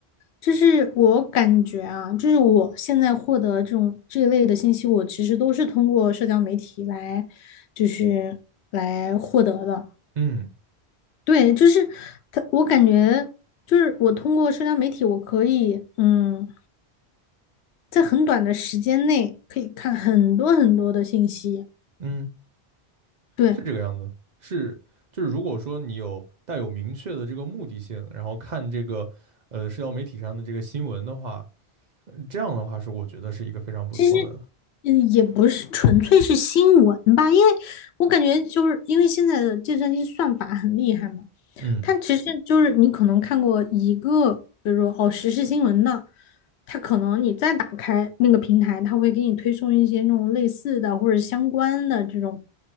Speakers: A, on the left; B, on the right.
A: 就是我感觉啊，就是我现在获得这种这一类的信息，我其实都是通过社交媒体来，就是来获得的。
B: 嗯
A: 对，就是他，我感觉就是我通过社交媒体，我可以嗯，在很短的时间内可以看很多很多的信息。
B: 嗯。
A: 对，
B: 是这个样子，是就是如果说你有带有明确的这个目的性，然后看这个呃社交媒体上的这个新闻的话，这样的话是我觉得是一个非常不错的，
A: 其实嗯，也不是纯粹是新闻吧，因为我感觉就是因为现在的计算机算法很厉害嘛。
B: 嗯
A: 它其实就是你可能看过一个，比如说哦时事新闻的，它可能你再打开那个平台，它会给你推送一些那种类似的或者相关的这种